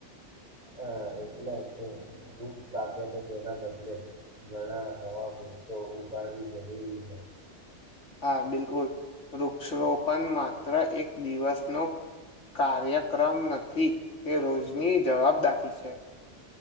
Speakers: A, on the right; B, on the left.
A: હ એટલે કે વૃક્ષ કાપ્યા તો તેના બદલે ઘણા નવા તો ઉગાડવી જરૂરી છે
B: હા બિલકુલ વૃક્ષ રોપણ માત્ર એક દિવસનો કાર્યક્રમ નથી તે રોજની જવાબદાારી છે